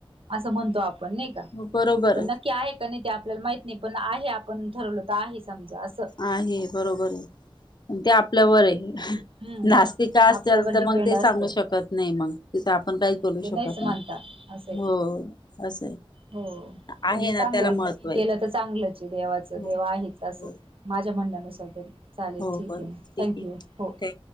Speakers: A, on the right (about 75°); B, on the left (about 50°).
A: असं म्हणतो आपण नाही का
B: बरोबर
A: पण नक्की आहे का नाही ते आपल्याला माहत नाही पण आहे आपण ठरवलं तर आहे समजा असं
B: आहे बरोबर आहे आणि ते आपल्यावर आहे
A: हम्म
B: नास्तिका असेल
A: आपल्यावर
B: तर
A: डिपेंड
B: मग ते
A: असत
B: सांगू शकत नाही मग तिथं आपण
A: हम्म
B: काहीच बोलू
A: ते नाहीच
B: शकत
A: म्हणता
B: नाही
A: असं
B: हो असं आहे
A: हो
B: आहे
A: पण मग
B: ना
A: चांगलं
B: त्याला महत्त्व आहे.
A: केलं तर चांगलंच देवाचं
B: हो
A: देव आहेच असं
B: हो
A: माझ्या म्हणण्यानुसार तर चालेल
B: हो
A: ठीक
B: बरोबर
A: आहे म
B: ठीक
A: थँक
B: आहे
A: यू
B: थँक्यू.
A: हो